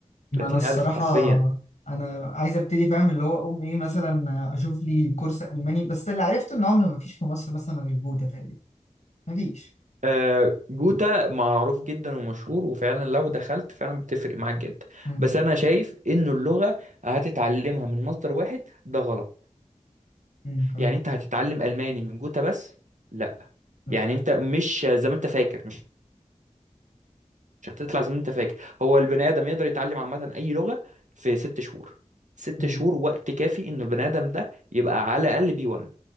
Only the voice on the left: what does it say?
ما
انا الصراحه
انا عايز ابتدي فاهم اللي هو اقوم ايه مثلا اشوف لي كورس الماني بس اللي عرفته ان هو ما فيش في مصر مثلا غير جوتا تقريبا ما فيش
امم
امم فاهم
لا
امم